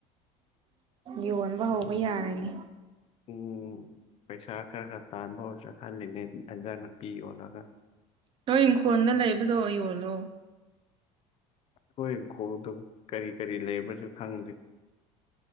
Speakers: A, on the right; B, on the left.
A: ꯌꯣꯟꯕ ꯍꯧꯕ ꯌꯥꯔꯅꯤ
B: ꯎꯝ ꯄꯩꯁꯥ ꯈꯔ ꯈꯔ ꯇꯥꯟꯕ ꯍꯧꯔꯥꯁꯤꯔ ꯈꯜꯂꯤꯅꯦ ꯑꯦꯟꯖꯥꯟ ꯅꯥꯄꯤ ꯌꯣꯜꯂꯒ
A: ꯅꯣꯏ ꯏꯪꯈꯣꯜꯗ ꯂꯩꯕꯗꯣ ꯌꯣꯜꯂꯣ
B: ꯑꯩꯈꯣꯏ ꯏꯪꯈꯣꯜꯗꯨ ꯀꯔꯤ ꯀꯔꯤ ꯂꯩꯕ꯭ꯔꯥꯁꯨ ꯈꯪꯗꯦ